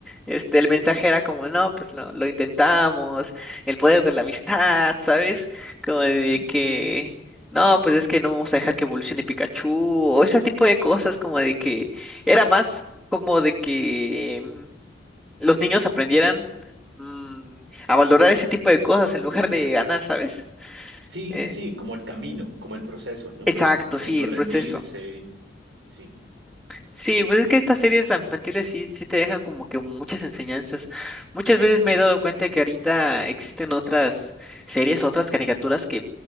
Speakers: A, in the centre; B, on the right (about 85°).
A: este, el mensaje era como, no, pues lo, lo intentamos, el poder de la amistad, ¿sabes? Como de
B: Mm.
A: que, no, pues es que no vamos a dejar que evolucione Pikachu, o ese tipo de cosas, como de que, era más como de que los niños aprendieran mm, a valorar ese tipo de cosas en lugar de ganar, ¿sabes?
B: Sí,
A: Eh,
B: sí, sí, como el camino, como el proceso, ¿no?
A: exacto, sí,
B: Y no
A: el
B: rendirse,
A: proceso.
B: sí,
A: Sí, pues es que estas series tan infantiles sí, sí te dejan como que muchas enseñanzas. Muchas
B: sí,
A: veces me he dado cuenta que ahorita existen otras series, otras caricaturas que